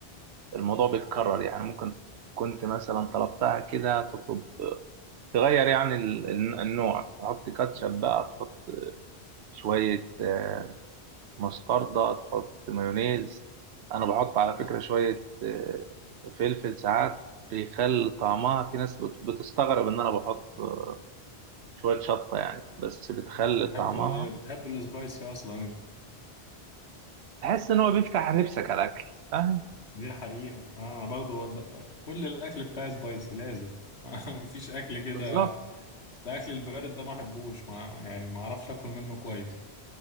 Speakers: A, on the right; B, on the left.
A: الموضوع بيتكرر يعني ممكن كنت مثلا طلبتها كده تطلب تغير يعني ال- النوع تحط كاتشب بقى تحط شوية آه، مستردة تحط مايونيز أنا بحط على فكرة شوية آه، فلفل ساعات بيخلي طعمها في ناس بت- بتستغرب إن أنا بحط آه، شوية شطة يعني بس بتخلي
B: آه، بتحب
A: طعمها
B: ال... بتحب السبايسي اصلا انت
A: تحس إن هو بيفتح نفسك على الأكل فاهم
B: دي حقيقة آه، انا برضو ود- كل الاكل بتاعي سبايسي لازم <laughs> مفيش اكل كده
A: بالظبط
B: الاكل البارد ده ما احبوش ما يعني ما اعرفش اكل منه كويس